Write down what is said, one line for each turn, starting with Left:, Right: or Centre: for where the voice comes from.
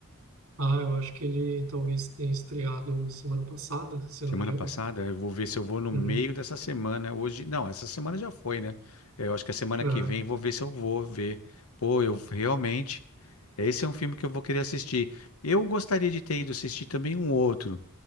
Right: Ah, eu acho que ele talvez tenha estreado semana passada, se eu
Left: Semana
Right: não me engano.
Left: passada, eu vou ver se eu vou no meio
Right: Uhum,
Left: dessa semana. Hoje, não, essa semana já foi, né? Eu acho que a semana
Right: ah,
Left: que vem vou ver se eu vou ver. Pô, eu realmente. Esse é um filme que eu vou querer assistir. Eu gostaria de ter ido assistir também um outro,